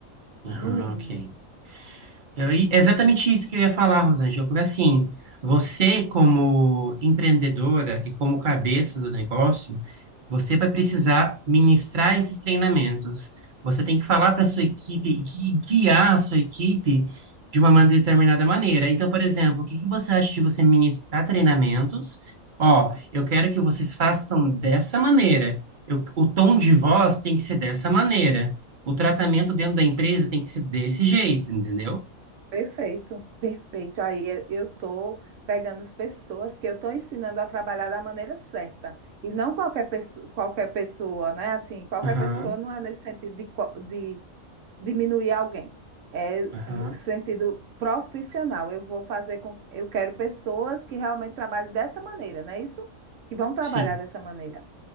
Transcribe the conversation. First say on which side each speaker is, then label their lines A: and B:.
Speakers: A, on the right; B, on the right.
A: Aham,
B: no mínimo.
A: ok. Eu- e é exatamente isso que eu ia falar, Rosângela, porque assim, você como empreendedora e como cabeça do negócio, você vai precisar ministrar esses treinamentos. Você tem que falar para sua equipe e guiar a sua equipe de uma man- determinada maneira. Então, por exemplo, o que que você acha de você ministrar treinamentos? Ó, eu quero que vocês façam dessa maneira. Eu- o tom de voz tem que ser dessa maneira. O tratamento dentro da empresa tem que ser desse jeito, entendeu?
B: Perfeito, perfeito. Aí eu eu tô pegando as pessoas que eu tô ensinando a trabalhar da maneira certa. E não qualquer pessoa, qualquer pessoa, né? Assim, qualquer
A: Aham,
B: pessoa não é nesse sentido de, co- de diminuir alguém. É é,
A: aham,
B: sentido profissional. Eu vou fazer com, eu quero pessoas que realmente trabalhem dessa maneira, não é isso? Que vão trabalhar
A: sim.
B: dessa maneira.